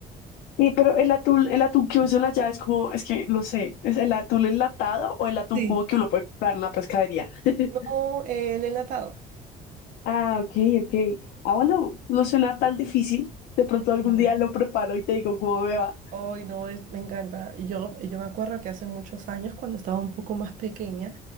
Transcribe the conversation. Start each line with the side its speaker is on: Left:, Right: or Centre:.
Left: Y pero el atún, el atún que usa allá es como, es que no sé, ¿es el atún enlatado o el atún
Right: Sí.
Left: cubo que uno puede comprar en la pescadería? <laughs>
Right: No, el enlatado.
Left: Ah, ok, ok. Ah, bueno, no suena tan difícil. De pronto algún
Right: Ujú.
Left: día lo preparo y te digo cómo me va.
Right: Ay, no, es- me encanta. Yo, yo me acuerdo que hace muchos años, cuando estaba un poco más pequeña,